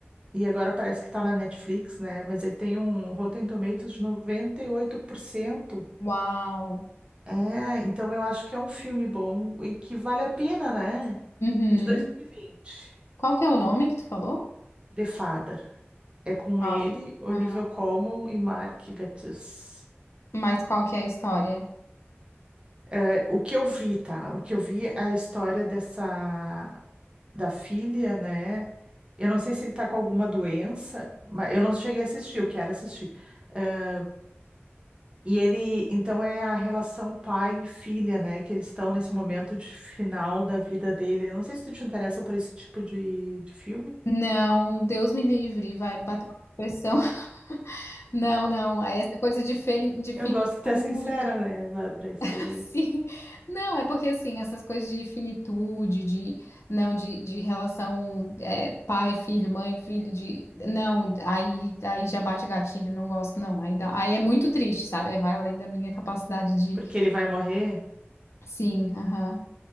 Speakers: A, on the right; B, on the left.
A: e agora parece que tá na Netflix, né, mas ele tem um Rotten Tomatoes de noventa e oito por cento
B: Uau.
A: É, então eu acho que é um filme bom e que vale a pena, né?
B: Uhum.
A: É de 2020,
B: Qual que é o nome que tu falou?
A: The Father. É com
B: Ah,
A: ele,
B: tá.
A: Olivia
B: Ah,
A: Colman e Mark Gatiss.
B: Mas qual que é a história?
A: É, o que eu vi, tá? O que eu vi é a história dessa. da filha, né? Eu não sei se ele tá com alguma doença, mas eu não cheguei a assistir, eu quero assistir. Ah, e ele, então, é a relação pai e filha, né? Que eles estão nesse momento de final da vida dele. Eu não sei se tu te interessa por esse tipo de, de filme.
B: Não, Deus me livre, vai bater uma depressão. <laughs> Não, não. é Essa coisa de, feli- de finitude.
A: Eu gosto que tu é sincera, né, Bárbara? Isso
B: <laughs>
A: aí.
B: Sim. Não, é porque assim, essas coisas de finitude, de não, de, de relação é, pai, filho, mãe, filho, de não, aí, aí já bate gatilho, não gosto, não. Aí, dá, aí é muito triste, sabe? Aí vai além da minha capacidade de
A: Porque ele vai morrer,
B: sim, aham.